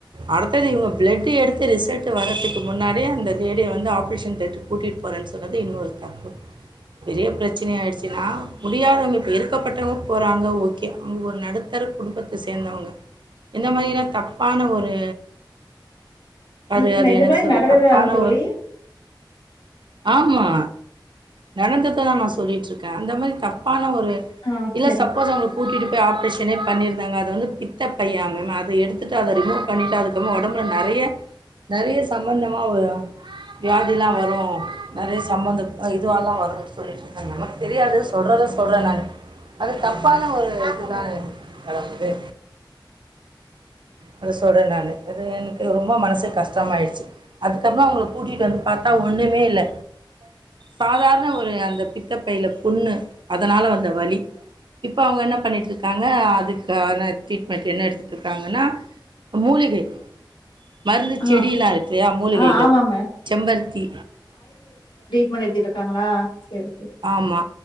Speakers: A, on the right; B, on the left.
A: அடுத்தது இவங்க ப்ளட் எடுத்து ரிசல்ட் ட் வர்றதுக்கு முன்னாடியே அந்த லேடிய வந்து ஆப்ரேஷன் த்தேட்டருக்கு கூட்டிட்டு போறேன்னு சொன்னறது இன்னொரு தப்பு பெரிய பிரச்சன யிடுச்சுனா முடியாதவங்க இப்ப இருக்கபட்டவங்க போறாங்க ஓகே அவங்க ஒரு நடுத்தர குடும்பத்த சேந்தவங்க இந்த மாதில்லாம் தப்பான ஒரு அது
B: இது
A: அது
B: நிஜமே
A: என்னது சொல்றது?
B: நடந்ததான்
A: தப்பான
B: தோழி
A: ஒரு ஆமா நடந்ததுதான் நா சொல்லிட்டுஇருக்கே அந்த மாதிரி தப்பான ன ஒரு
B: ஆ
A: இல்ல
B: சரிங்க.
A: சப்போஸ் அவங்கல கூட்டிட்டு போயி ஆப்ரேஷ பண்ணியிருந்தாக அத வந்து பித்த பை அத எடுத்துட்டு அத ரிமூவ் பணிட்டு அதுக்கப்ற ஒடம்புல நெறைய நெறைய சம்பந்தமா ஒரு வியாதில்லாம் வரும் நெறைய சம்பந்த இதுவ எல்லாம் வரும்னு சொல்லிட்டு இருக்காங்க நமக்கு தெரியாது சொல்றத சொல்றே நானு அது தப்பான ஒரு இதுதான் கலந்தது அத சொல்றே நானு அது எனக்கு ரொம்ப மனசுக்கு கஷ்டமாயிடுச்சு அதுக்கபற அவங்கல கூட்டிட்டு வந்து பாத்தா ஒண்ணுமேயில இல்ல சாதாரண ஒரு அந்த பித்த பை புன்ணு அதனால வந்த வலி இப்ப அவங்க என்ன பண்ணிட்டு யிருக்காங்க அதுகான ட்ரீட்மெண்ட் என்ன எடுத்துட்டு இருக்காங்கனா மூலிகை மருந்து
B: ஆ.
A: செடில்லாம் இருக்கு மூலிகைகள்
B: ஆ ஆமாங்க.
A: செம்பருத்தி
B: பண்ணி எடுத்தட்டு இருக்காங்களா சரி சரி.
A: ஆம்மா